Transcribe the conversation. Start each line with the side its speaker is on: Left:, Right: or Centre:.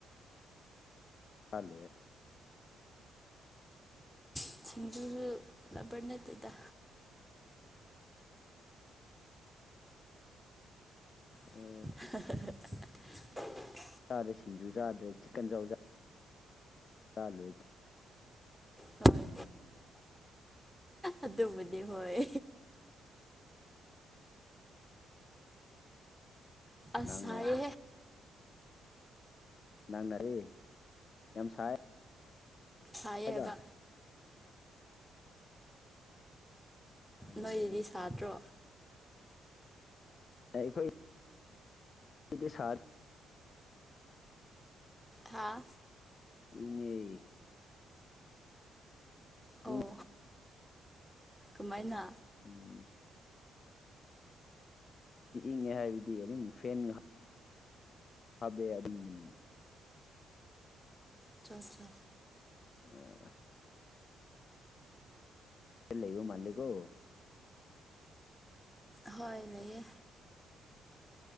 Left: ꯐꯂꯦ <unintelligible>
Centre: ꯁꯤꯁꯤꯡꯟꯖꯔ ꯂꯕꯔꯅꯠꯇꯗ
Left: ꯎꯝ
Centre: <unintelligible>
Left: ꯆꯥꯗ꯭ꯔꯦ ꯁꯤꯡꯖꯨ ꯆꯥꯗ꯭ꯔꯦ ꯆꯤꯛꯀꯟ ꯆꯥ ꯆꯂꯨ
Centre: ꯍꯣꯏ ꯑꯗꯨꯕꯨꯗꯤ ꯍꯣꯏ
Left: <unintelligible>
Centre: ꯑꯁꯔꯦ
Left: ꯅꯪꯅ ꯅꯪꯅꯔꯤꯦ ꯌꯥꯝ ꯁꯥꯏ
Centre: ꯊꯌꯦꯦꯕ
Left: ꯍꯥꯏꯕ <unintelligible> ꯎꯝ
Centre: ꯅꯏꯔꯤ ꯁꯥꯇ
Left: ꯑꯩꯈꯣꯏ ꯑꯗꯤ ꯁꯥꯔ
Centre: ꯍꯥꯥ
Left: ꯏꯉꯩ
Centre: ꯑꯣ
Left: ꯏꯪ
Centre: ꯀꯃꯥꯏꯅ
Left: ꯎꯝ ꯆꯤꯛꯏꯉꯦ ꯍꯥꯏꯕꯗꯤ ꯑꯗꯨꯝ ꯐꯦꯟ ꯉꯍ ꯍꯥꯥꯕꯦ ꯑ ꯑꯗꯨꯤꯡ ꯃꯅꯤꯅ
Centre: ꯑꯆꯥ ꯑꯠꯆꯥ
Left: ꯑ ꯂꯩ ꯂꯩꯕꯣ ꯃꯥꯜꯜꯂꯤꯀꯣ
Centre: ꯍ ꯅꯌꯦ